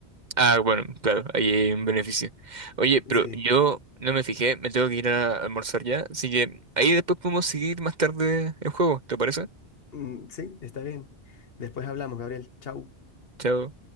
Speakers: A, on the right (about 40°); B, on the left (about 60°).
A: Ah, bueno, claro, ahí hay un beneficio. Oye, pero
B: Sí,
A: yo no me fijé, me tengo que ir a almorzar ya, así que ahí después podemos seguir más tarde el juego, ¿te parece?
B: Mm, sí, está bien. Después hablamos, Gabriel. Chau.
A: Chao.